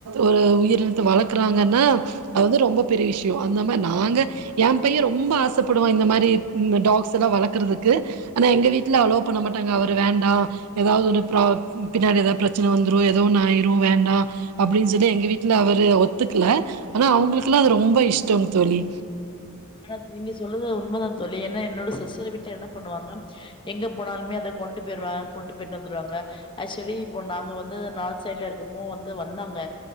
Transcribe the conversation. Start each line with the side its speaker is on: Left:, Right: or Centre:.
Right: ஒரு உயிரினத்தை வளர்க்கறாங்கன்னா அது ரொம்ப பெரிய விஷயம் அந்திரி நாங்க என் பையன் ரொம்ப ஆசைப்படுவோம் இந்த மாதிரி டாக்ஸ் எல்லாம் வளர்க்குறதுக்கு ஆனா எங்க வீட்டுல அலோ பண்ண மாட்டாங்க அவரு வேண்டாம் ஏதாவது ஒன்னு பின்னாடி ஏதாவது பிரச்சனை வந்துரும் ஏதோ ஒண்ணு ஆயிரும் வேண்டாம் அப்படின்னு சொல்லி எங்க வீட்டுல அவரு ஒத்துக்கல ஆனா அவங்களுக்குெல்லாம் அது ரொம்ப இஷ்டோம் தோழி
Left: ஆனா நீங்க சொல்லறது உண்மைதான் தோழி ஏன்னா என்னோட சிஸ்டரை விட்டு என்ன பண்ணுவாங்க எங்க போனாலுமே அதை கொண்டு போயிருவாங்க கொண்டு போயிட்டு வந்துடுவாங்க ஆக்சுவலி இப்போ நாங்க வந்து நார்த் சைட்ல இருக்கப்போ வந்து வந்தாங்க